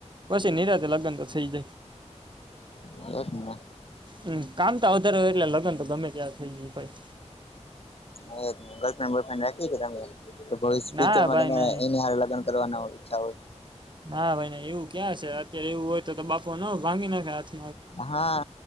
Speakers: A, on the right; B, on the left.
A: બસ એ ન રતે લાગગન તો સહી જ
B: બસ
A: હમ કામતા વધારે હોય એટલે લગ્ન તો ગમે ત્યાં થઈ જાય ભાઈ
B: હ ગર્લફ્રેન્ડ બોયફ્રેડ રાખી તમેયચરમાંમે
A: ના ભાઈ ના
B: એની હ લગન કરવા હો ઈચ્છા હોય
A: ના ભાઈ એવું ક્યાં છે અત્યારે એવું હોય તો તો બાફો ન ભાંગી નાખ આ
B: હા